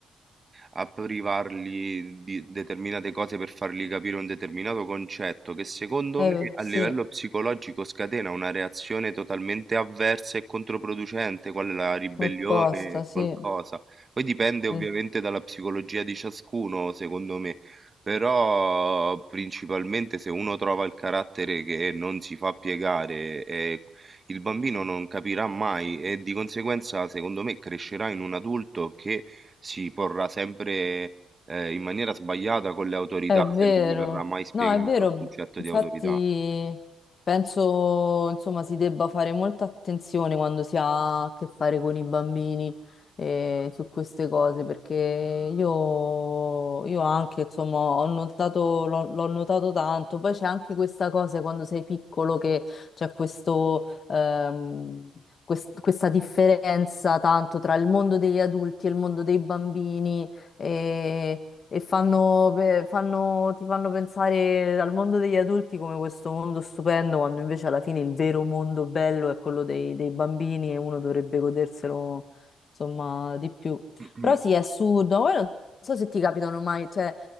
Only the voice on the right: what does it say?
a privarli di determinate cose per fargli capire un determinato concetto che secondo
me a
livello psicologico scatena una reazione totalmente avversa e controproducente, quale la ribellione,
qualcosa. Poi dipende ovviamente
dalla psicologia di ciascuno, secondo me. Però principalmente se uno trova il carattere che non si fa piegare, e il bambino non capirà mai e di conseguenza, secondo me, crescerà in un adulto che si porrà sempre eh, in maniera sbagliata con le autorità,
se non gli verrà mai spiegato
il concetto
di autorità.
<clears throat>